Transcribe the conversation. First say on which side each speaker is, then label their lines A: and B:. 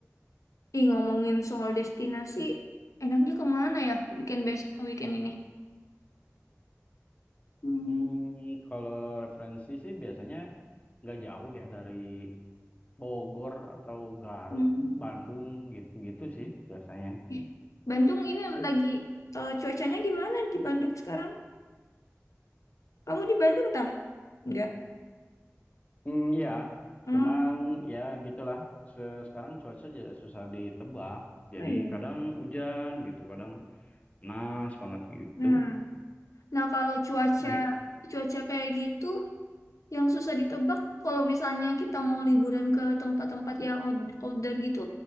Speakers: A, on the left; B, on the left.
A: Ih, ngomongin soal destinasi, enaknya kemana ya weekend best weekend ini? Hmm.
B: Hmm, kalau referensi sih biasanya nggak jauh ya dari Bogor atau Garut,
A: hmm.
B: Bandung gitu-gitu sih biasanya.
A: Ih, Bandung ini lagi eh, cuacanya gimana di Bandung sekarang? Kamu di Bandung tah? Enggak.
B: Hmm, ya,
A: Hmm,
B: cuman ya gitulah. Se- Sekarang cuaca jadi susah ditebak. Jadi
A: oh iya.
B: kadang hujan gitu, kadang panas banget gitu.
A: Nah, nah kalau cuaca
B: Di-
A: cuaca kayak gitu yang susah ditebak kalau misalnya kita mau liburan ke tempat-tempat yang out- outdoor gitu,